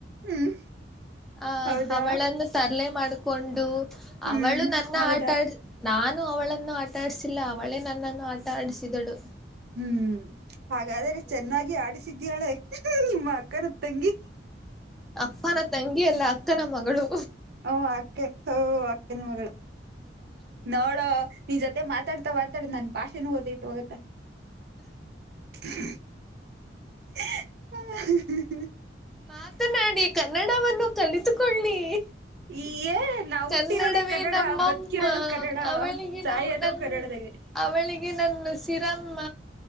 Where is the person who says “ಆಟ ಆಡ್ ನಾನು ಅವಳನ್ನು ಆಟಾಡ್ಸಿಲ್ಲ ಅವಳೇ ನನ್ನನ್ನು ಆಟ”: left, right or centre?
Centre